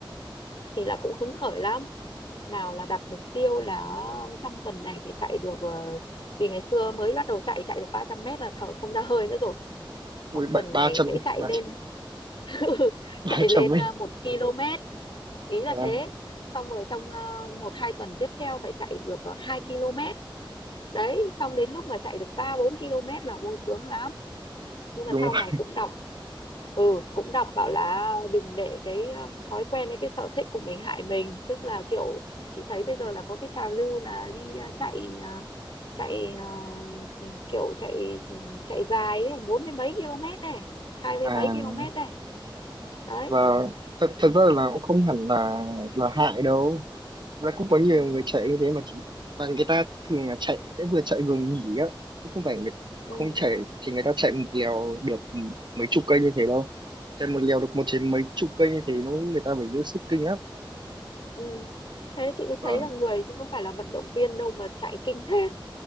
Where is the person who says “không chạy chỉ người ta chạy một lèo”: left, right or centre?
Right